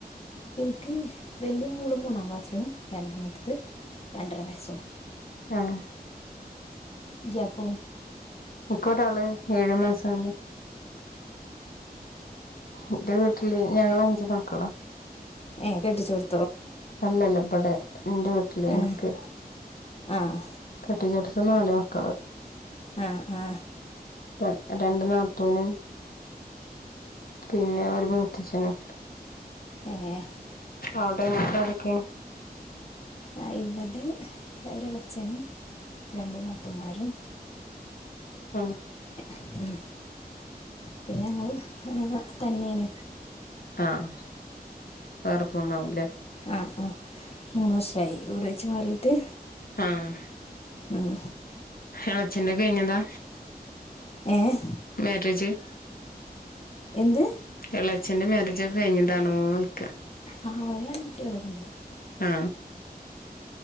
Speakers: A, on the left; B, on the left.
A: ക്ക് വല്യ മൂളും മൂന്നാം ക്ലാസ്സിലും രണ്ടാമത്തത് രണ്ടര വയസ്സും.
B: ആഹ്
A: ഇയാകോ
B: ൻകൊരാള് ഏഴു മാസാവ്ണ്. ന്റെ വീട്ടില് ഞങ്ങള് അഞ്ചു മക്കളാ.
A: ഏഹ് കെട്ടിച്ചോട്
B: എല്ലല്ല ബെടെ ന്റെ വീട്ടില് എൻക്ക്.
A: ഏ ആഹ്
B: <unintelligible> നാല് മക്കള്
A: ആഹ് ആഹ്
B: ര രണ്ട് നാത്തൂനും പിന്നെ ഒരു മൂത്തഛനും
A: ഏഹ്
B: അവിടെ ങ്ങക്ക് ആരൊക്കെ?
A: അഹ് ഇവടെ ഒളച്ഛനും രണ്ടു നത്തുമാരും.
B: അഹ്
A: ഉം പിന്നെ അങ്ങള് ഹെ തന്നെയാണ്.
B: ആഹ് വേറെപ്പോന്നാഉലേ,?
A: ആഹ് ആഹ് മൂന്ന് വർഷയി വീട് വെച്ച് മാറിയിട്ട്.
B: ആഹ്
A: ഉം
B: എളച്ചന്റെ കഴിഞ്ഞതാ?
A: ഏഹ്
B: മാരേജ്
A: എന്ത്
B: എളച്ച്ചന്റെ മാരേജ് ഒക്കെ കഴിഞ്ഞിതാണോയ്ക്ക?
A: ആ അവന് രണ്ട് ട്ട്യാളൊക്കെണ്ട്
B: ആ